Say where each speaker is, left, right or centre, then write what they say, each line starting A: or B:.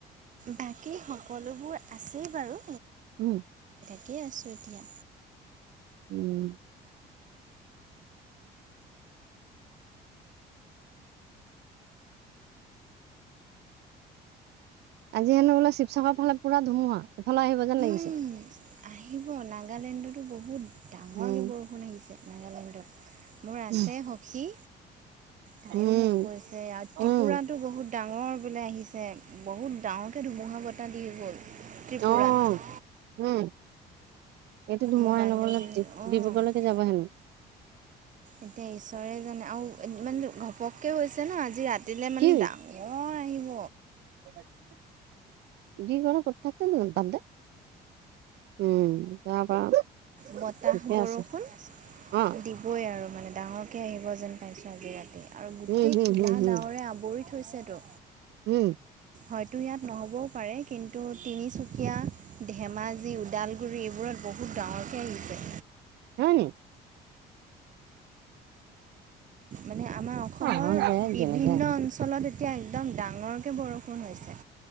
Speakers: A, on the right (about 50°); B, on the right (about 80°).
A: বাকী সকলোবোৰ আছেই বাৰু।
B: উম।
A: এনে আছোঁ এতিয়া।
B: উম। আজি হেনো বোলে শিৱসাগৰ ফালে পুৰা ধুমুহা, এফালে আহিব যেন লাগিছে।
A: উম, আহিব যেন লাগিছে। আহিব নাগালেণ্ডতো বহুত। ডাঙৰকে
B: উম
A: বৰষুণ আহিছে নাগালেণ্ডত মোৰ আছে
B: উম,
A: সখী। তাইয়ো
B: উম,
A: মোক কৈছে আৰু ত্ৰিপুৰাতো
B: উম,
A: বহুত ডাঙৰ বোলে আহিছে। বহুত ডাঙৰকে ধুমুহা বতাহ দি গ'ল। ত্ৰিপুৰাত
B: আহ, উম। এইটো ধোমহাই
A: মোৰ বান্ধৱী
B: হেনো ডিব্ৰুগড়লৈকে
A: অঁ
B: যাব হেনো।
A: এতিয়া ঈশ্বৰে জানে। আৰু ইমান ঘপককৈ হৈছে ন আজি ৰাতিলৈ মানে
B: কি
A: ডাঙৰ আহিব।
B: <unintelligible> যি কৰা কৰি থাক নে তাতে উম। তাৰ পৰা
A: বতাহ,
B: ঠিকে
A: বৰষুণ
B: আছে অ',
A: দিবই আৰু মানে। ডাঙৰকৈ আহিব যেন পাইছোঁ আজি ৰাতি। আৰু গোটেই
B: উম, হম,
A: কলা
B: হম, হম,
A: ডাৱৰে আৱৰি থৈছেতো
B: হম,
A: হয়তো ইয়াত নহ'বও পাৰে কিন্তু তিনি চু সেয়া ধেমাজি ওদালগুৰি এইবোৰত বহুত ডাঙৰকৈ আহিছে
B: হয় নি?
A: মানে আমাৰ অসমৰ
B: উম আহ যে
A: বিভিন্ন
B: জেগা হ
A: অঞ্চলত এতিয়া একদম ডাঙৰকৈ বৰষুণ হৈছে